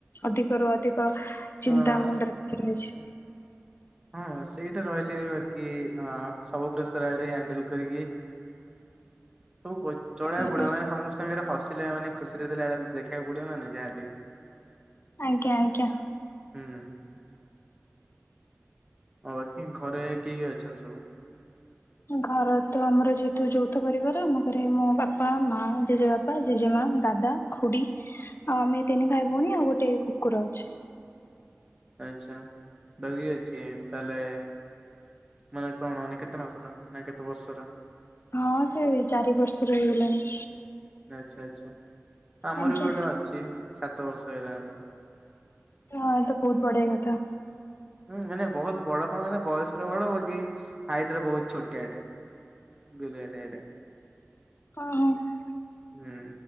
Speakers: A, on the left; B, on the right.
A: ଅଧିକରୁୁ ଅଧିକ
B: ହଁ
A: ଚିନ୍ତା ମୁଣ୍ଡରେ ପଶିକି ରହିଚି।
B: ହଁ ସେଇଟା ରହିଲେ ବାକି ସବୁ ପ୍ରେସର୍ ଆଡ଼େ ହ୍ୟାଣ୍ଡଲ୍‌ କରିକି। ସବୁ ଚଳେ--ବାକୁ
A: ଆଜ୍ଞା
B: ପଡ଼ିବ, ମାନେ ସମସ୍ତ ସାଙ୍ଗରେ ହ ଥିଲା, ମାନେ ଖୁସିରେ ଥିଲା ଦେଖେବାକୁ ପଡ଼ିବ ନାହିଁ ଯାହା ହେଲେ ବି।
A: ଆଜ୍ଞା ଆଜ୍ଞା।
B: <inaudible> ଘରେ କିଏ କିଏ ଅଛନ୍ତି ସବୁ?
A: ଘର ତ ଆମର ଯେହେତୁ ଯୌଥ ପରିବାର ଆମ ଘରେ ମୋ ବାପା-ମା, ଜେଜେ ବାପା ଜେଜେମା, ଦାଦା ଖୁଡ଼ି ଆଉ ଆମେ ତିନି ଭାଇ ଭଉଣୀ ଆଉ ଗୋଟେ କୁକୁର ଅଛି।
B: ଆଚ୍ଛା, ଡ଼ଗି ଅଛି ତା'--ଲେ। ମାନେ କ'ଣ ନା କେତେ ମାସର ନା କେତେ ବର୍ଷର?
A: ହଁ, ସେ ଚାରି ବର୍ଷ ର ହେଇ ଗଲାଣି।
B: ଆଚ୍ଛା ଆଚ୍ଛା, ଆମର୍
A: ଆଜ୍ଞା
B: ବି ଗୋଟେ ଅଛି ସାତ ବର୍ଷ ହେଇଗଲାଣି।
A: ଏ ତ ବହୁତ୍ ବଢ଼ିଆ କଥା।
B: ହୁଁ, ମାନେ ବହୁତ୍‌ ବଡ଼। କ'ଣ ମାନେ ବୟସ୍ ରେ ବଡ଼ ହବକି ହାଇଟ୍ ରେ ବହୁତ୍ ଛୋଟିଆ ଟେ।
A: <inaudible>
B: ହୁଁ,